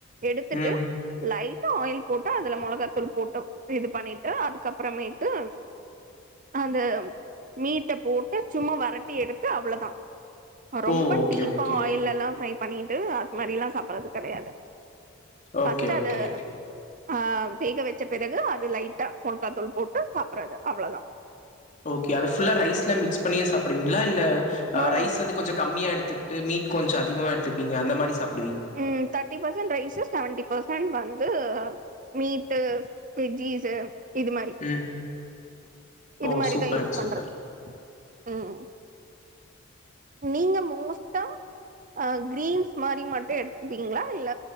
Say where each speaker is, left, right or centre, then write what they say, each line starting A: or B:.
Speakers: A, on the right; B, on the left.
A: எடுத்துட்டு
B: ம்
A: லை டு ஆயில் போட்டு அதுல மொளகாத்தூள் போட்டு இது பண்ணிட்டு அதுக்கப்புறமேட்டு அந்த மீட்ட போட்டு சும்மா வரட்டி எடுத்து அவ்ளதா ரொம்ப
B: ஓ ஓகே
A: டீப்பா
B: ஓகே
A: ஆயில் எல்லா ஃப்ரை பண்ணிட்டு அது மாரி எல்லா சாப்பிடறது கெடையாது
B: ஓகே
A: ஃபஸ்ட்டு
B: ஓகே
A: அத ஆ வேக வெச்ச பிறகு அது லைட்டா மோல்காத்தூள் போட்டு சாப்பிடறது அவ்ளதா
B: ஓகே அத ஃபுல்லா ரைஸ்ல மிக்ஸ் பண்ணியே சாப்பிடுவீங்ளா இல்ல ஆ
A: நோ
B: ரைஸ்
A: நோ நோ
B: வந்து கொஞ்சோ கம்மியா எடுத்துக்கிட்டு மீட் கொஞ்சோ அதிகமா எடுத்துப்பீங்க அந்த மாரி சாப்
A: ம் thirty percent rice seventy percent வந் து மீட்டு வெஜ்ஜிஸ்சு இது மாரி
B: ம் ஓ
A: இது மாரிதா
B: சூப்பருங்க
A: யூஸ் பண்றது
B: சூப்பர்
A: ம் நீங்க மோஸ்டா ஆ கிரீன்ஸ் மாரி மட்டு எடுத்துப்பீங்ளா இல்ல